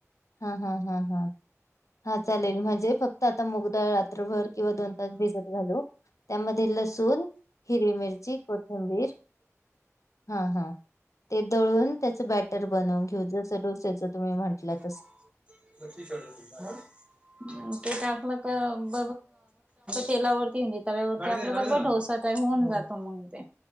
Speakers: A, on the left; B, on the right.
A: हा हा हा हा हा चालेल म्हणजे फक्त आता मुगडाळ रात्रभर किंवा दोन तास भिजत घालो त्यामध्ये लसूण हिरवी मिरची कोथंबीर हा हा ते दळून त्याचं बॅटर बनवून घेऊ जसं डोस्याचं तुम्ही म्हटल्यात
B: <inaudible> त्यातन क बग जा <inaudible> मग ते आपलं ब तेलावरती तव्यावरती आपलं ब ढोसाच आहे होऊन जातो. मग ते?